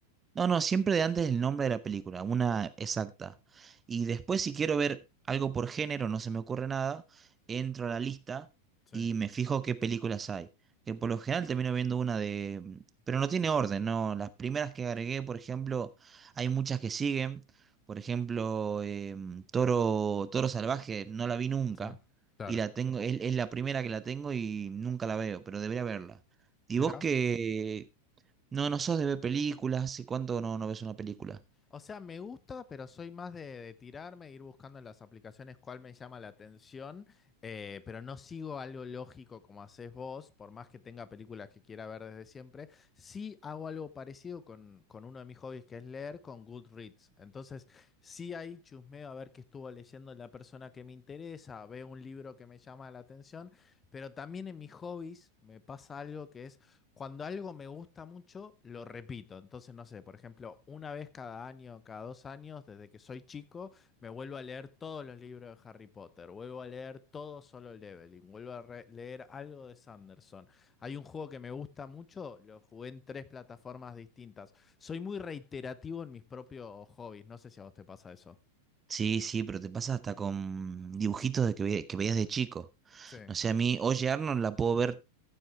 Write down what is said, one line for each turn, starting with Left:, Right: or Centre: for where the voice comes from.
Right: No, no, siempre de antes el nombre de la película, una exacta. Y después si quiero ver algo por género, no se me ocurre nada, entro a la lista
Left: Sí,
Right: y me fijo qué películas hay. Que por lo general termino viendo una de... mm, Pero no tiene orden, ¿no? Las primeras que agregué, por ejemplo, hay muchas que siguen. Por ejemplo, em, Toro, Toro Salvaje, no la vi nunca.
Left: Sí. Claro.
Right: Y la tengo, es, es la primera que la tengo y nunca la veo, pero debería verla. ¿Y
Left: Mira.
Right: vos qué, no, no sos de ver películas, ¿hace cuánto no, no ves una película?
Left: O sea, me gusta, pero soy más de, de tirarme, e ir buscando en las aplicaciones cuál me llama la atención, eh, pero no sigo algo lógico como haces vos, por más que tenga películas que quiera ver desde siempre. Sí hago algo parecido con, con uno de mis hobbies, que es leer, con Goodreads. Entonces, sí ahí chusmeo a ver qué estuvo leyendo la persona que me interesa, veo un libro que me llama la atención, pero también en mis hobbies me pasa algo que es... Cuando algo me gusta mucho, lo repito. Entonces, no sé, por ejemplo, una vez cada año, cada dos años, desde que soy chico, me vuelvo a leer todos los libros de Harry Potter, vuelvo a leer todo Solo Leveling, vuelvo a re- leer algo de Sanderson. Hay un juego que me gusta mucho, lo jugué en tres plataformas distintas. Soy muy reiterativo en mis propios hobbies, no sé si a vos te pasa eso.
Right: Sí, sí, pero te pasa hasta con dibujitos de que, ve- que veías de chico.
Left: Sí,
Right: No sé, a mí, Oye Arnold la puedo ver